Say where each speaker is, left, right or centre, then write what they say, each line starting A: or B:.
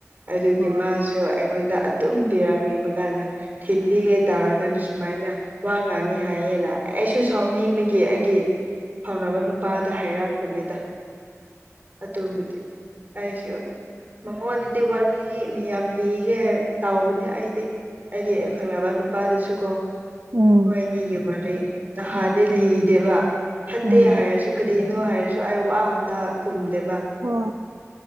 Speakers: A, on the right; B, on the right.
A: ꯑꯗꯨꯒꯤ
B: ꯍꯣꯏ
A: ꯃꯥꯁꯨ ꯑꯩꯉꯣꯟꯗ ꯑꯗꯨꯝ ꯄꯤꯔꯛꯅꯤꯕ ꯀꯥꯟꯗ ꯊꯤꯟꯕꯤꯒꯦ ꯇꯧꯔꯒꯅ ꯁꯨꯃꯥꯏꯅ ꯋꯥ ꯉꯥꯡꯉꯤ ꯍꯥꯏꯌꯦꯅ ꯑꯩꯁꯨ ꯁꯥꯎꯅꯤꯡꯕꯒꯤ ꯑꯩꯒꯤ ꯁꯥꯎꯅꯕ ꯅꯨꯄꯥꯗ ꯍꯥꯏꯔꯛꯄꯅꯤꯗ ꯑ ꯇꯣꯕꯨꯗꯤ ꯑꯁꯨ ꯃꯉꯣꯟꯗꯗꯤ ꯋꯥꯔꯤ ꯃꯤ ꯌꯥꯝ ꯂꯤꯒꯦ ꯍꯥꯏꯕ ꯇꯥꯎꯕꯅꯦ ꯑꯩꯗꯤ ꯑꯩꯒꯤ ꯑ ꯈꯪꯅꯕ ꯅꯨꯄꯥꯗꯨꯁꯨ ꯀꯣ
B: ꯎꯝ
A: ꯍꯣꯏꯅꯤꯒ ꯃꯥꯦ ꯅꯥꯟ ꯑꯗꯩ ꯂꯤꯗꯦꯕ ꯐꯠꯇꯦ
B: ꯎꯝ
A: ꯍꯥꯏꯔꯁꯨ ꯀꯔꯤꯅꯣ ꯍꯥꯏꯔꯁꯨ ꯑꯩ ꯋꯥ ꯑꯝꯇ ꯈꯨꯝꯗꯦꯕ
B: ꯍꯣꯏ